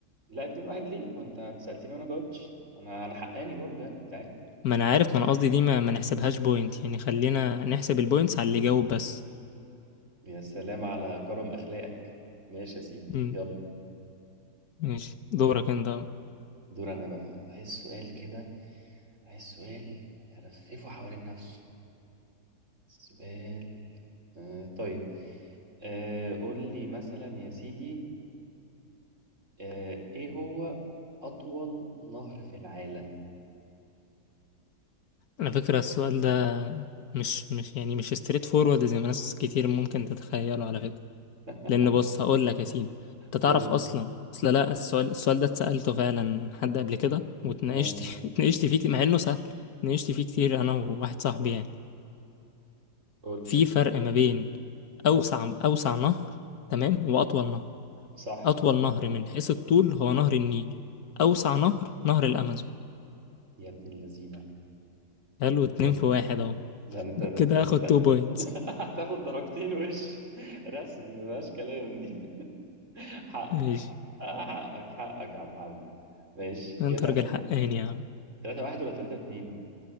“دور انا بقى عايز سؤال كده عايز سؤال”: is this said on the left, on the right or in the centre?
Right